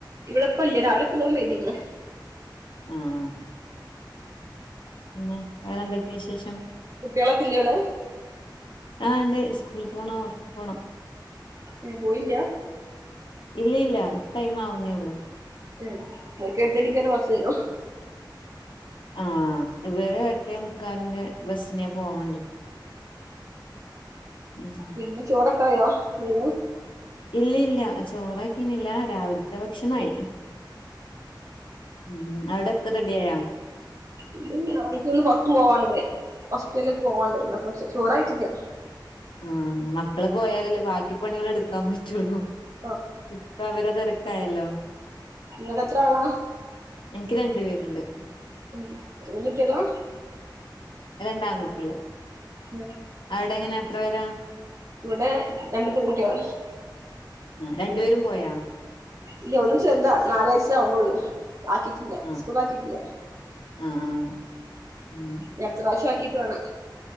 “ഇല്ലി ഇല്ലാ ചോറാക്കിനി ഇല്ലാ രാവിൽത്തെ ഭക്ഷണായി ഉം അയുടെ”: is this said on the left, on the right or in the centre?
Left